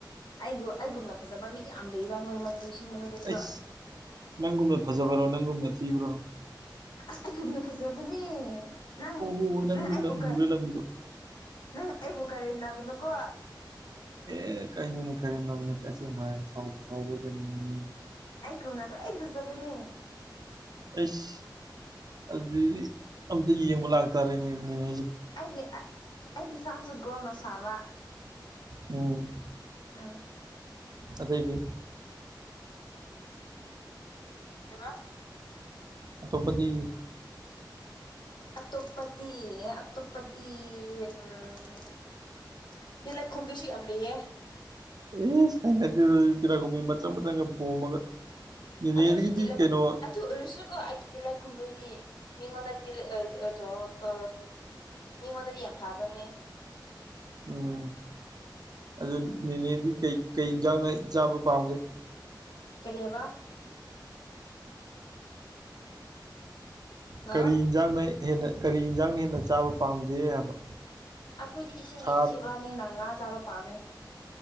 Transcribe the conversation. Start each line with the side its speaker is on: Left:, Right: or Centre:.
Left: ꯑꯩꯒ ꯑꯩꯒꯨꯝꯅ ꯐꯥꯖꯕ ꯃꯤ ꯌꯥꯝ ꯂꯩꯌꯦꯕ ꯃꯣꯏꯁꯤꯡꯒꯤ ꯃꯅꯨꯡꯗꯁꯨ
Right: ꯑꯩꯁ ꯅꯪꯒꯨꯝꯅ ꯐꯖꯕ꯭ꯔꯣ ꯅꯪꯒꯨꯝꯅ ꯊꯤꯕ꯭ꯔꯣ
Left: ꯑꯁ ꯑꯩꯒꯨꯝꯅ ꯐꯖꯕꯅꯦ ꯅꯪ
Right: ꯑꯣ ꯅꯪꯒꯨꯝꯅ
Left: ꯅꯪ ꯑꯩꯕꯨꯀꯔ
Right: ꯃꯨꯔ ꯂꯪꯕꯗꯣ
Left: ꯅꯪ ꯑꯩꯕꯨ ꯀꯔꯦꯝ ꯅꯥꯒꯅꯨꯀꯣ
Right: ꯑꯦ ꯀꯩꯅꯣꯅꯦ ꯀꯔꯤꯝꯅꯕ ꯅꯠꯇꯦ ꯑꯁꯦꯡꯕ ꯍꯥꯏ ꯁꯥꯎꯕ꯭ꯔ ꯀꯩꯅꯣꯅꯦꯅꯦ
Left: ꯑꯩ ꯨꯝꯅ ꯇ ꯑꯏ ꯄꯨꯖꯗꯅꯤ
Right: ꯑꯩꯁ ꯑꯗꯨꯗꯤ ꯑꯝꯇ ꯌꯦꯡꯕ ꯂꯥꯛꯇꯥꯔꯦꯅꯦ ꯅꯦꯅꯦ
Left: ꯑꯩꯒꯤ ꯑꯩꯒꯤ ꯏꯁꯥꯃꯛꯁꯨ ꯒꯣꯜꯅ ꯁꯥꯕ
Right: ꯎꯝ
Left: ꯑꯥ
Right: ꯑꯗꯩꯗꯤ
Left: ꯀꯕ
Right: ꯑꯇꯣꯄꯗꯤ
Left: ꯑ ꯇꯣꯞꯄꯗꯤ ꯑ ꯇꯣꯞꯄꯗꯤ ꯎꯝ ꯇꯤ ꯂꯥꯏꯈꯨꯝꯕꯤꯁꯨ ꯌꯥꯝ ꯂꯩꯌꯦ
Right: ꯑꯦ ꯁꯥꯏꯅꯗꯤ ꯇꯤꯔꯥꯈꯨꯝꯕꯤ ꯃꯆꯪ ꯃꯆꯪꯒ ꯄꯣꯝꯃꯒ ꯅꯦꯅꯦꯗꯒꯤꯗꯤ
Left: ꯑꯗꯨꯗ ꯑꯣꯏꯁꯨ ꯇꯤꯂꯛ
Right: ꯀꯩꯅꯣ
Left: ꯑꯗꯨ ꯎꯔꯁꯨꯀ ꯍꯥꯏꯀꯤ ꯇꯤꯂꯛ ꯀꯨꯝꯃꯣꯏꯗꯤ ꯃꯤꯉꯣꯟꯅ ꯆ ꯑ ꯃꯤꯉꯣꯟꯗꯗꯤ ꯌꯥꯝ ꯐꯥꯕꯅꯤꯅꯦ
Right: ꯎꯝ ꯑꯗꯨ
Left: ꯎꯝ
Right: ꯅꯦꯅꯦꯗꯤ ꯀꯩ ꯀꯩ ꯌꯦꯟꯖꯥꯡꯅ ꯆꯥꯕ ꯄꯥꯝꯒꯦ
Left: ꯀꯔꯤ ꯍꯥꯏꯕ ꯍꯜꯂꯣ
Right: ꯀꯔꯤ ꯏꯟꯁꯥꯡꯅ ꯍꯦꯟꯅ ꯀꯔꯤ ꯌꯦꯟꯁꯥꯡꯅ ꯍꯦꯟꯅ ꯆꯥꯕ ꯄꯥꯝꯒꯦ ꯍꯥꯏꯕ
Left: ꯑꯩꯈꯣꯏꯗꯤ ꯏꯁꯤꯡꯒꯤ
Right: ꯁꯥ
Left: ꯖꯤꯕꯥꯅꯤꯅ ꯉꯥ ꯆꯥꯕ ꯄꯥꯝꯃꯦ